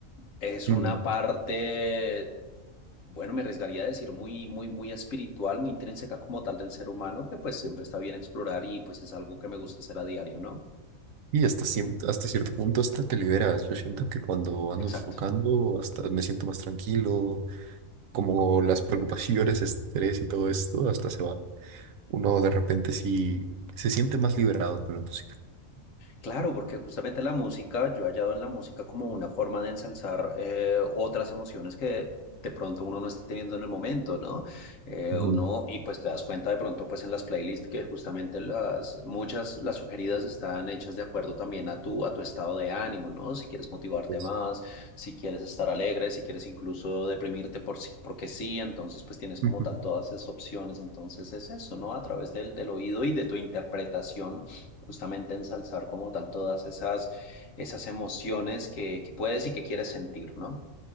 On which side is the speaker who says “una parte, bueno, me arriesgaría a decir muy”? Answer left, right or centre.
Left